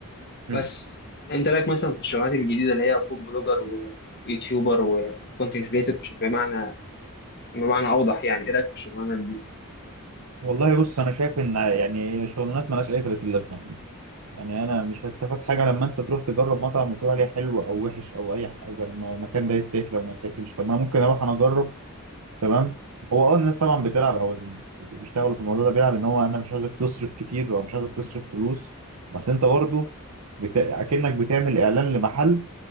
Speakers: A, on the right; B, on the left.
A: مم.
B: بس انت رايك مثلا في الشغلانات الجديده اللي هي فود بلوجر ويوتيوبر وكونتنت كريتور بمعنى بمعنى اوضح يعني ايه رايك في الشغلانات دي
A: والله بص انا شايف ان يعني شغلانات مالهاش اي 30 لازمه يعني انا مش هستفاد حاجه لما انت تروح تجرب مطعم وتقول عليه حلو او وحش او اي حاجه الم- المكان ده يتاكل او ما يتاكلش طب ما ممكن اروح انا اجرب تمام هو اه الناس طبعا بتلعب او اللي بيشتغلوا في الموضوع ده بيلعب ان هو انا مش عايزك تصرف كتير او مش عايزك تصرف فلوس بس انت برضه بتا... اكنك بتعمل اعلان لمحل